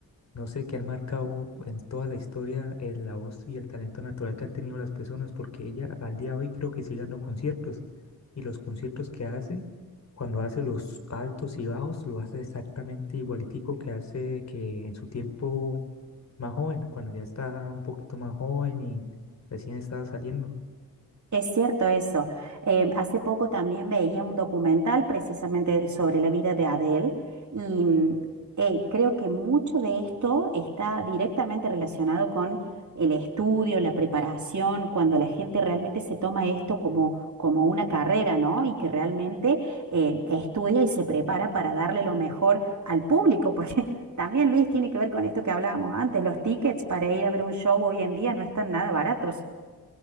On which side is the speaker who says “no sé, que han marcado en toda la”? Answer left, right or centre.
Left